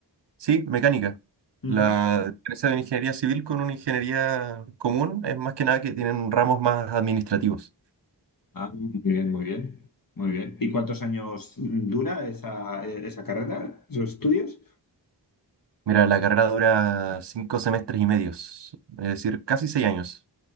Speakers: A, on the right (about 70°); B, on the left (about 50°).
A: sí, mecánica.
B: Ujú.
A: La diferencia de una ingeniería civil con una ingeniería común es más que nada que tienen ramos más administrativos.
B: Ah, muy bien, muy bien. Muy bien. ¿Y cuántos años dura esa, esa carrera, esos estudios?
A: Mira, la carrera dura cinco semestres y medios, es decir, casi seis años.